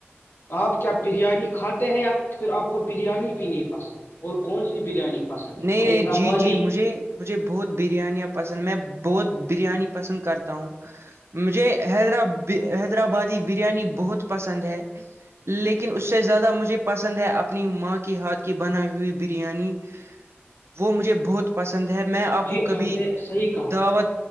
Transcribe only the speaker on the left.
آپ کیا بریانی کھاتے ہیں یا پھر آپ کو بریانی بھی نہیں پسند اور کون سی بریانی پسند ہے
حیدرآبادی
جی
نے صحیح کہا